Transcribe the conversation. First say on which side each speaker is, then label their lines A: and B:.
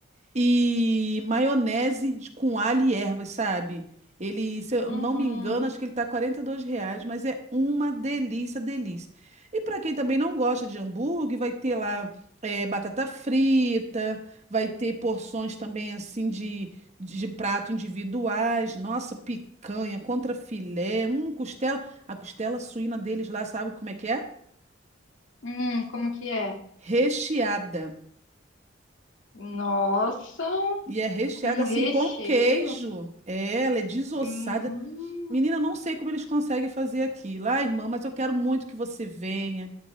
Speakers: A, on the right; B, on the left.
A: e maionese de- com alho e ervas, sabe? Ele, se eu
B: Uhum.
A: não me engano, acho que ele tá 42 reais, mas é uma delícia, delícia. E para quem também não gosta de hambúrguer, vai ter lá eh, batata frita, vai ter porções também assim de, de prato individuais, nossa, picanha, contrafilé, um costela. A costela suína deles lá, sabe como é que é?
B: Hum, como que é?
A: Recheada.
B: Nossa,
A: E é recheada
B: com
A: assim
B: recheio.
A: com queijo. É, ela é desossada.
B: Hum,
A: Menina, não sei como eles conseguem fazer aquilo. Ah, irmã, mas eu quero muito que você venha,